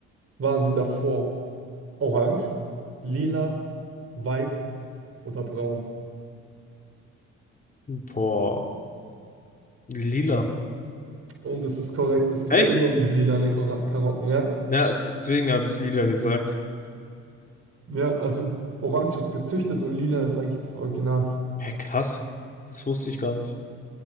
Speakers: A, on the right; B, on the left.
A: Waren sie davor orange, lila, weiß oder braun?
B: Boah. Lila.
A: Und das ist korrekt, es gibt
B: Echt?
A: ja immer noch lilane Kora- Karotten, ja.
B: Ja, deswegen habe ich lila gesagt.
A: Ja, also orange ist gezüchtet und lila ist eigentlich das Original.
B: Hä, krass. Das wusste ich gar nicht.